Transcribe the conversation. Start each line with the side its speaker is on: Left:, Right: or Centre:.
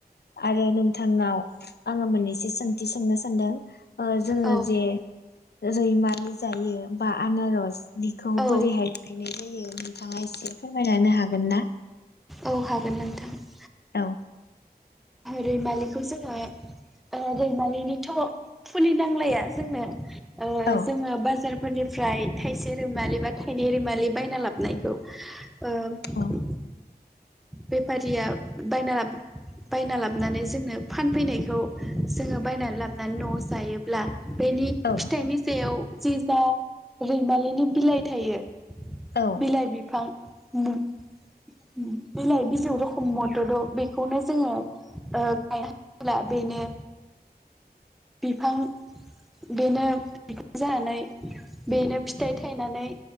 Left: आरो नोंथांनाव आङो मोननैसे सोंथि सोंनो सान दों ओ जोङो
Centre: औ
Left: जे रैमालि जायो बा आनार'स बिखौ
Centre: औ
Left: बोरैहाय गायनाय जायो नोंथाङा एसे फोरमायना हागोन ना?
Centre: औ हागोन नोंथां ।
Left: औ
Centre: रैमालिखौ जोङो ओ रैमालिनिथ' फुलि नांलाया जोंनो ओ
Left: औ
Centre: जोङो बाजार फोरनिफ्राय थाइसे रैमालि बा थाइनै रैमालि बायना लाबनायखौ ओ
Left: औ
Centre: बेफारिया बायना बायना लाबोनानै जोंनो फानफैनायखौ जोङो बायनानै लाबोनानै न'आव जायोब्ला बेनि
Left: औ
Centre: फिथाइनि सायाव जे जा रैमालिनि बिलाइ थायो
Left: औ
Centre: बिलाइ बिफां उम उम बिलाइ बिजौ रखम मदद द' बेखौनो जोङो ओ गाय होब्ला बेनो बिफां बेनो बिफां जानानै बेनो फिथाइ थायनानै